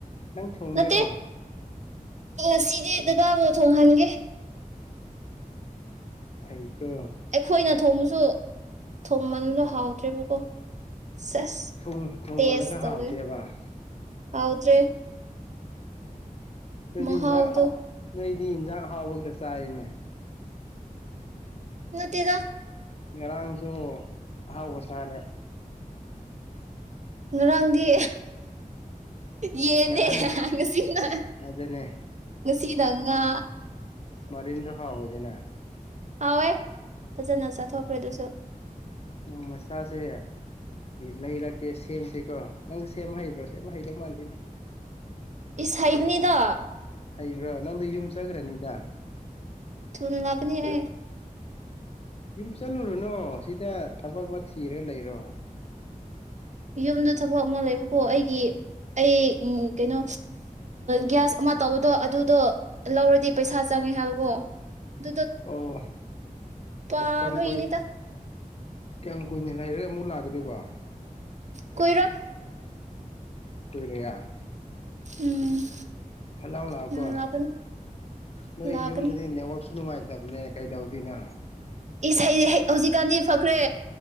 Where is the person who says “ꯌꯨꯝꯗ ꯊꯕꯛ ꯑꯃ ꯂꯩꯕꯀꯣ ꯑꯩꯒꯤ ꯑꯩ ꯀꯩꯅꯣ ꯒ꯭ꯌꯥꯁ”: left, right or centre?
Right